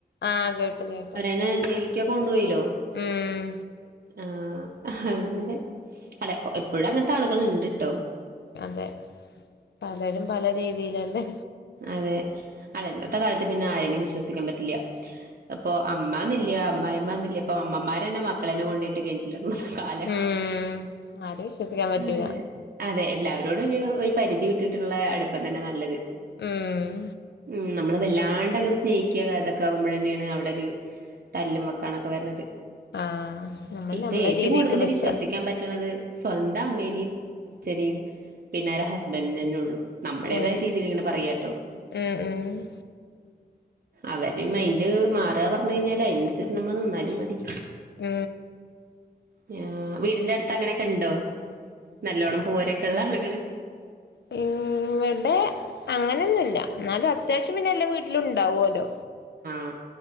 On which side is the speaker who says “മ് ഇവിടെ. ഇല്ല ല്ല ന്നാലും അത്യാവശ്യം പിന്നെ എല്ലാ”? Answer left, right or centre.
Left